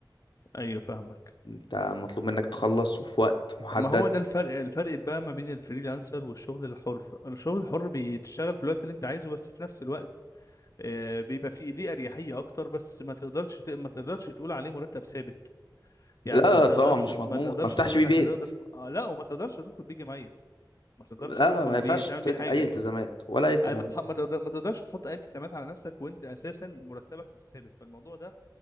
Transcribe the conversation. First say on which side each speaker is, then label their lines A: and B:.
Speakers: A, on the left; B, on the left.
A: ايوه فاهمك
B: انت مطلوب منك تخلص وفي وقت محدد
A: ما هو ده الفرق الفرق بقى ما بين الفريلانسر والشغل الحر الشغل الحر بتشتغل في الوقت اللي انت عايزه بس في نفس الوقت آه، بيبقى فيه ليه اريحيه اكتر بس ما تقدرش ت- ما تقدرش تقول عليه مرتب ثابت يعني
B: لا
A: ما تقدرش
B: طبعا مش
A: ما
B: مضمون
A: تقدرش
B: ما افتحش
A: تقول انك
B: بيه بيت
A: هتقدر آه، لا وما تقدرش تدخل بيه جمعيه ما تقدرش
B: لا
A: تدخل
B: ما
A: بيه
B: ينفعش
A: تعمل
B: تد-
A: بيه حاجه
B: اي التزامات ولا اي التزامات
A: يعني ما تح- ما تقدر ما تقدرش تحط اي التزامات على نفسك وانت اساسا مرتبك مش ثابت فالموضوع ده